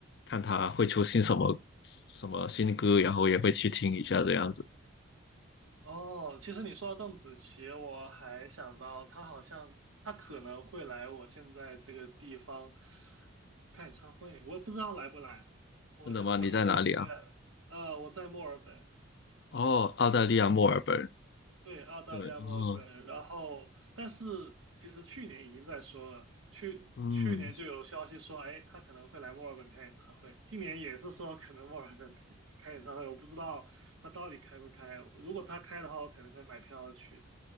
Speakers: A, on the left; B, on the right.
A: 看他会出新什么什么新歌，然后也会去听一下这样子。
B: 哦，其实你说到邓紫棋，我还想到她好像她可能会来我现在这个地方看演唱会，我不知道来不来。我我其实希望，
A: 真的吗？你在哪里啊？
B: 呃，我在墨尔本，
A: 哦，澳大利亚墨尔本。
B: 对，澳大利亚墨尔本，
A: 对，哦，
B: 然后但是其实去年已经在说了，去去年就有消息说，
A: 嗯
B: 哎，他可能会来墨尔本开演唱会，今年也是说可能墨尔本 <laughs> 开演唱会，我不知道他到底开不开，如果他开的话，我肯定会买票去，